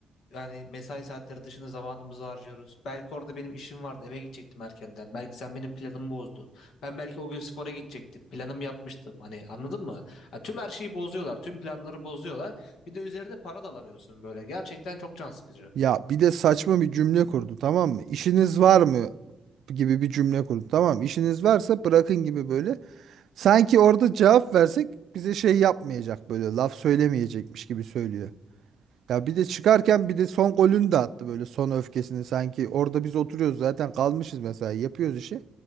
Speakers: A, on the left; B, on the right.
A: yani mesai saatleri dışında zamanımızı harcıyoruz. Belki orada benim işim vardı, eve gidecektim erkenden. Belki sen benim planımı bozdun. Ben belki o gün spora gidecektim. Planımı yapmıştım. Hani anladın mı? Ha, tüm her şeyi bozuyorlar, tüm planları bozuyorlar. Bir de üzerine para da alamıyorsun böyle. Gerçekten çok can sıkıcı.
B: Ya bir de saçma bir cümle kurdu tamam mı? İşiniz var mı gibi bir cümle kurdu tamam mı? İşiniz varsa bırakın gibi böyle. Sanki orada cevap versek bize şey yapmayacak böyle laf söylemeyecekmiş gibi söylüyor. Ya bir de çıkarken bir de son golünü de attı böyle son öfkesini sanki orada biz oturuyoruz zaten kalmışız mesela yapıyoruz işi.